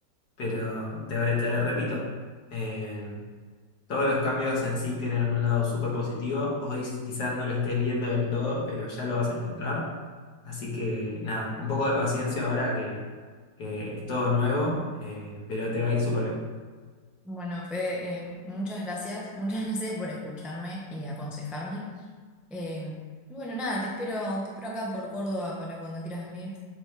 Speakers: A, on the left; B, in the centre.
A: pero te, te repito. em, Todos los cambios en sí tienen un lado súper positivo. Hoy quizás no lo estés viendo del todo, pero ya lo vas a encontrar. Así que nada, un poco de paciencia ahora que, que es todo nuevo, eh, pero te va a ir súper bien.
B: Bueno, Fede, eh, muchas gracias. Muchas <laughs> gracias por escucharme y aconsejarme. Eh, y bueno, nada, te espero, te espero acá por Córdoba para cuando quieras venir.